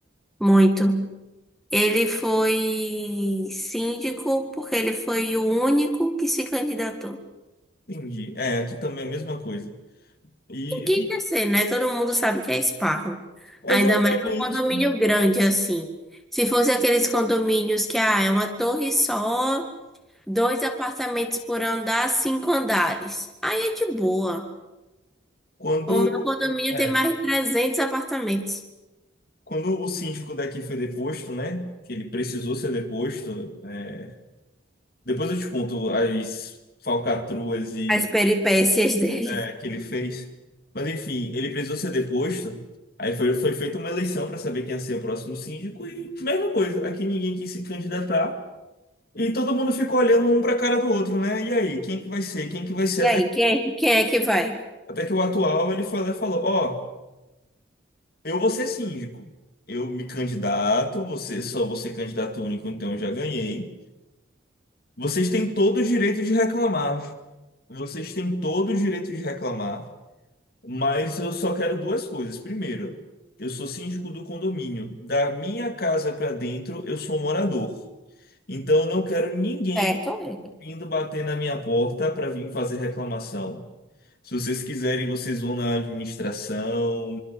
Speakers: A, in the centre; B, on the left.
A: muito. Ele foi síndico porque ele foi o único que se candidatou.
B: Entendi. É, aqui também é a mesma coisa. E
A: Ninguém quer ser, né? Todo mundo sabe que é esparro.
B: exatamente
A: Ainda mais um condomínio grande assim. Se fosse aqueles condomínios que ah, é uma torre só, dois apartamentos por andar, cinco andares. Aí é de boa.
B: quando,
A: O meu condomínio
B: é,
A: tem mais de 300 apartamentos.
B: quando o síndico daqui foi deposto, né? Que ele precisou ser deposto. é, depois eu te conto as falcatruas e
A: As peripécias <laughs> dele.
B: é, que ele fez. Mas enfim, ele precisou ser deposto. Aí foi, foi feita uma eleição para saber quem ia ser o próximo síndico e mesma coisa. Aqui ninguém quis se candidatar e todo mundo ficou olhando um para a cara do outro, né? E aí, quem que vai ser? Quem que vai ser?
A: E aí,
B: Até
A: quem, quem é que vai?
B: até que o atual ele foi lá e falou, ó Eu vou ser síndico. Eu me candidato, você só você candidato único, então eu já ganhei. Vocês têm todo o direito de reclamar. Vocês têm todo o direito de reclamar, mas eu só quero duas coisas. Primeiro, eu sou síndico do condomínio. Da minha casa para dentro, eu sou morador. Então eu não quero ninguém
A: Certo, ele.
B: vindo bater na minha porta para vir fazer reclamação. Se vocês quiserem, vocês vão na administração,